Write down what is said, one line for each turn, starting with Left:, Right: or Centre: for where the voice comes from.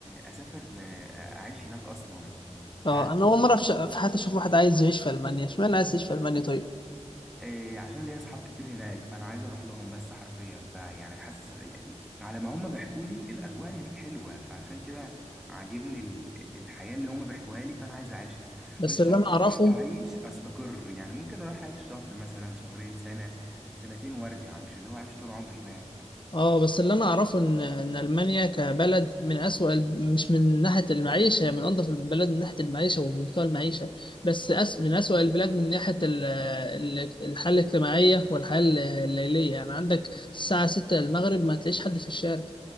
Centre: آه، اسافر آه، اعيش هناك اصلا فاهم
Left: اه انا اول مره في, ش... في حياتي اشوف واحد عايز يعيش في المانيا اشمعنى عايز يعيش في المانيا طيب
Centre: آه، عشان ليا اصحاب كتير هناك فانا عايز اروح لهم بس حرفيا فيعني حاسس على ما هم بيحكوا لي الاجواء هناك حلوه فعشان كده عاجبني ال- الحياه اللي هم بيحكوها لي فانا عايز اعيشها
Left: بس
Centre: مش
Left: اللي
Centre: شرط
Left: انا اعرفه
Centre: اروح اعيش استقر يعني ممكن اروح اعيش شهر مثلا شهرين سنه سنتين وارجع مش اللي هو اعيش طول عمري هناك
Left: اه بس اللي انا اعرفه ان ان المانيا كبلد من اسوأ ال- مش من ناحيه المعيشه هي من انظف البلاد من ناحيه المعيشه ومستوى المعيشه بس أس... من اسوأ البلاد من ناحيه ال- ال- الحاله الاجتماعيه والحياه ال- الليليه يعني عندك الساعه 6 المغرب ما تلاقيش حد في الشارع